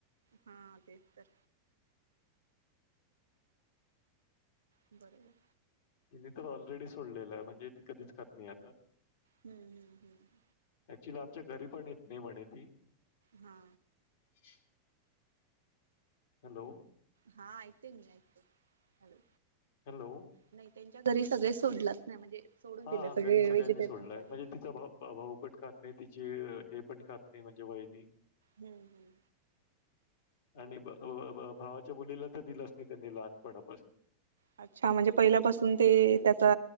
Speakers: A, on the right; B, on the left.
A: हां तेस्तर बरोबर.
B: तिने तर ऑलेडी सोडलेलं आहे म्हणजे ती कधीच खात नाही आता
A: हम्म हम्म हम्म
B: ऍक्च्युली आमच्या घरी पण येत नाही म्हणे ती
A: हा.
B: ह. हॅलो
A: हा ऐेत मी ऐ ह
B: हॅलो
A: नाही त्यांच्या घरी सगळे सोडलंच नाही म्हणजे सोडून
B: हा
A: दिले
B: हा
A: सगळे
B: घरी सगळ्यांनी
A: व्हेजिटेरियन
B: सोडलंय
A: झाले
B: म्हणजे तिचा भा भाऊ पण खात नाही तिची हे पण खात नाही म्हणजे वहिणी
A: हम्म हम्म
B: आणि भावाच्या मुलीला तर दिलंच नाही त्यांनी लहानपणापासून
A: अच्छा म्हणजे पहिल्यापासून ते त्याचा